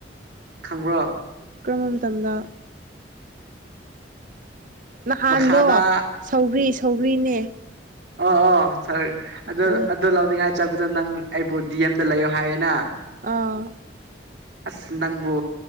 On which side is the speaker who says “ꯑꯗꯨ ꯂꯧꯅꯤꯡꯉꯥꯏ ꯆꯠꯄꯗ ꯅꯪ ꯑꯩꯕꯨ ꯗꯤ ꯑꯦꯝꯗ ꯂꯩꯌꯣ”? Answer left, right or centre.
Right